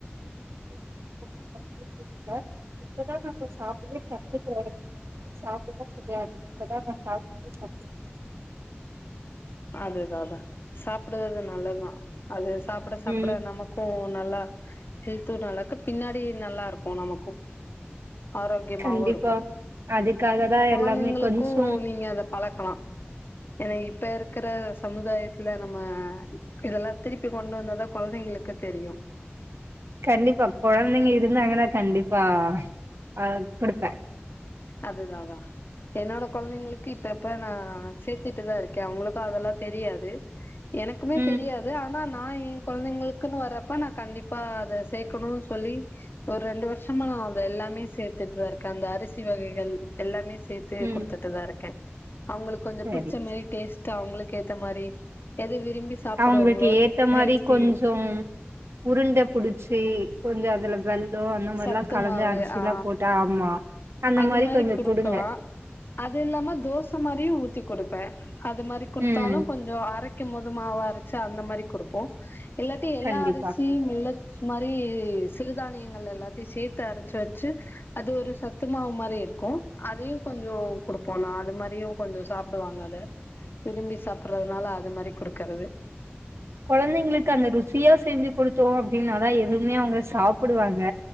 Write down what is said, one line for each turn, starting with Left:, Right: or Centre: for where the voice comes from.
Right: <inaudible> இப்பதா நம்ம சாப்பிடவே கத்து கெ <inaudible> சாப்பிடவே செய்ய இப்பதா நா சாப்பிட கத்து க
Left: அதுதா அதா சாப்பிடுவது நல்லதா அது சாப்பிட சாப்பிட
Right: ம்
Left: நமக்கு நல்லா ஹெல்த்து நல்லாகு பின்னாடி நல்லா இருக்கு நமக்கு ஆரோக்கியமாவு
Right: கண்டிப்பா
Left: இருக்கு
Right: அதுக்காக
Left: உங்க
Right: தான்
Left: கொழந்தைங்களுக்கு
Right: எல்லாமே கொஞ்சம்
Left: நீங்க அத பழக்கலா என இ பே ரு ருக்குற சமுதாயத்துல நம்ம இதெல்லா திருப்பி கொண்டு வந்ததா கொழந்தைங்களுக்கு தெரியு
Right: கண்டிப்பா கொழந்தைங்க இருந்தாங்கன்னா கண்டிப்பா ஆஹ் குடுப்பே
Left: அதுதா தா என்னோட கொழந்தைங்களுக்கு இப்ப எப்ப நா சேர்த்துட்டுதா இருக்கே அவங்களுக்கு அதெல்லா தெரியாது எனக்குமே
Right: ம்
Left: தெரியாது ஆனா நா எ கொழந்தைங்களுக்குன்னு வரப்ப நா கண்டிப்பா அத சேக்கணுன்னு சொல்லி ஒரு ரெண்டு வருஷமா நா அத எல்லாமே சேத்துட்டுதா இருக்கே அந்த அரிச் சி வகைகள் எல்லாமே ச் சேத்து
Right: ம்
Left: குடுத்துட்டுதா இருக்கே அவங்களுக்கு கொஞ்ச
Right: சரி
Left: புடிச்ச மாரி டேஸ்ட் சோ அவங்களுக்கு ஏத்த மாரி இல்ல விரும்பி சாப்புடுவாங்களோ
Right: அவங்களுக்கு ஏத்த மாரி
Left: ஹெல்தி
Right: கொஞ்சம் உருண்ட புடிச்சு கொஞ்சொ அதுல வல் லோ அந்த மாரிலா
Left: சத்து
Right: கலந்து
Left: மாவு
Right: அரிசி
Left: ஆ
Right: எல்லா போட்டா ஆமா அந்த
Left: அது மாரி
Right: கொஞ்சம்
Left: கொடுக்கலா
Right: குடுங்க
Left: அது இல்லாம தோச மாரியு ஊத்தி கொடுப்பே அது மாரி கொடுத்தாலு
Right: ம்
Left: கொஞ்சொ ஆ அரைக்கும் போது மாவா அரச்சா அந்த மாரி கொடுப்போ எல்லாத்தையு எல்லா
Right: கண்டிப்பா
Left: அரிசியு மில்லட்ஸ் மாரி சிறுதானியங்கள் எல்லாத்தையு சேத்து அரச்சு வச்சு அது ஒரு சத் துமாவு மாரி இருக்கு அதையு கொஞ்சொ கொடுப்போ எனா அது மாரியு கொஞ்சோ சாப்புடுவாங்க அத விரும்பி சாப்பிடுறதுனால அது மாரி குடுக்கறது
Right: கொழந்தைங்களுக்கு அந்த ருசியா செஞ்சு கொடுத்தோ அப்டின்னாதா எதுவுமே அவங்க சாப்பிடுவாங்க